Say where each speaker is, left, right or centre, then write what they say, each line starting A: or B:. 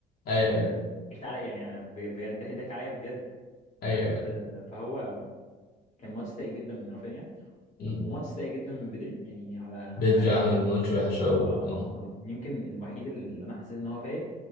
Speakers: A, on the left; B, on the left.
A: ايوه
B: انت انت
A: ايوه
B: ضحكت عليا يعني انا بجد بجد- ضحك ضحك عليا بجد فانا
A: ايوه
B: كنت فهو كان ماتش سيء جدا من رافينيا و-
A: مم.
B: وماتش سيء جدا من بدري يعني على
A: بدري
B: على غير
A: عمل
B: عادته اه
A: ماتش وحش قوي
B: اه
A: برضه
B: اه آه. يمكن الوحيد اللي انا حسيت ان هو فايق